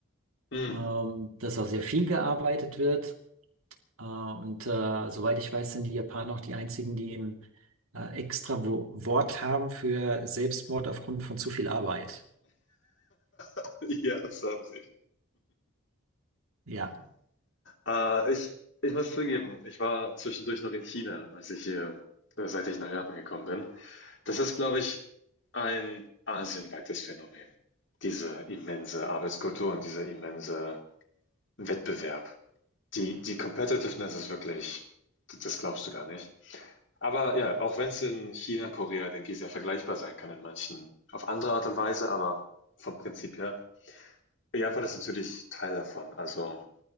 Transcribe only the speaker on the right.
ähm, dass auch sehr viel gearbeitet wird Äh, und äh, soweit ich weiß, sind die Japaner auch die einzigen, die ein äh, extra Wo Wort haben für Selbstmord aufgrund von zu viel Arbeit.
Ja,